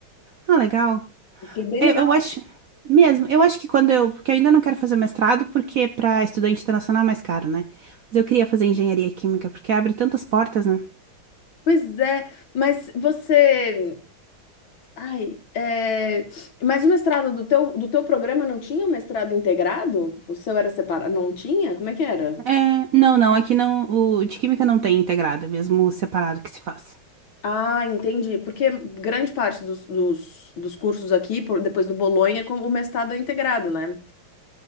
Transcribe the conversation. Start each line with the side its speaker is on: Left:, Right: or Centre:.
Right: Ah, legal.
Left: o que é bem
Right: Eu,
Left: legal.
Right: eu acho, mesmo, eu acho que quando eu, porque eu ainda não quero fazer o mestrado, porque para estudante internacional é mais caro, né? Mas eu queria fazer engenharia química, porque abre tantas portas, né?
Left: Pois é, mas você, ai, é, mas o mestrado do teu, do teu programa não tinha um mestrado integrado? O seu era separado? Não tinha? Como é que era?
Right: É, não, não, aqui não, o de química não tem integrado, é mesmo separado que se faz.
Left: Ah, entendi. Porque grande parte dos, dos, dos cursos aqui, por- depois do Bolonha, como o mestrado é integrado, né?